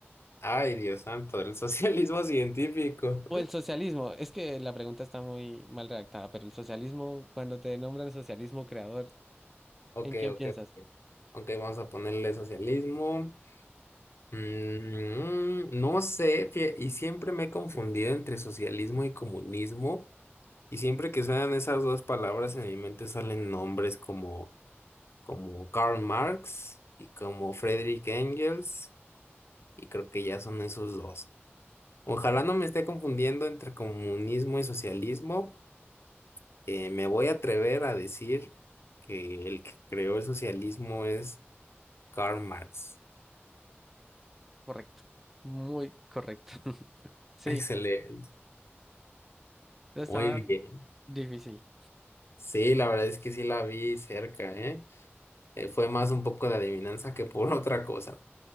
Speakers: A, on the left; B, in the centre.
A: Ay, Dios santo, el <laughs> socialismo científico.
B: O el socialismo, es que la pregunta está muy mal redactada, pero el socialismo, cuando te nombran socialismo creador,
A: Ok,
B: ¿en quién
A: ok,
B: piensas?
A: ok. Ok, vamos a ponerle socialismo. Mm, no sé, fie- y siempre me he confundido entre socialismo y comunismo, y siempre que suenan esas dos palabras en mi mente salen nombres como como Karl Marx y como Friedrich Engels, y creo que ya son esos dos. Ojalá no me esté confundiendo entre comunismo y socialismo. Eh, me voy a atrever a decir que el que creó el socialismo es Karl Marx.
B: Correcto. Muy correcto. <laughs> Sí,
A: <laughs> Excelente.
B: eso estaba
A: Muy
B: Ok.
A: bien.
B: difícil.
A: Sí, la verdad es que sí la vi cerca, ¿eh? Eh, fue más un poco de adivinanza que por otra cosa.